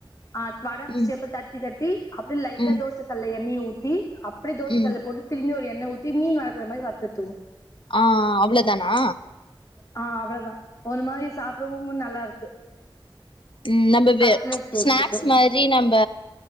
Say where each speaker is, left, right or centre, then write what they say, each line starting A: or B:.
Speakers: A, on the left; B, on the left.
A: ஆ வடம்
B: ம் ம்
A: ஷேப் ல தட்டி தட் டி அப்டே லைட்டா
B: ம்
A: தோச கல்ல ண்ணி ஊத்தி அப் அப்டே தோச
B: ம்
A: கல்ல போட்டு <unintelligible> ஒரு எண்ண ஊத்தி மீன் வர்க்கற மாரி வர்த்து எத்துக்குணு
B: ஆ அவ்ள தானா
A: ஆ அவ்ள தா ஒரு மாரி சாப்டவு நல்லாருக்கு
B: ம் நம்ப வே
A: கட்லெட் டேஸ்ட்டுக்கு
B: ஸ்நாக்ஸ் மாரி நம்ப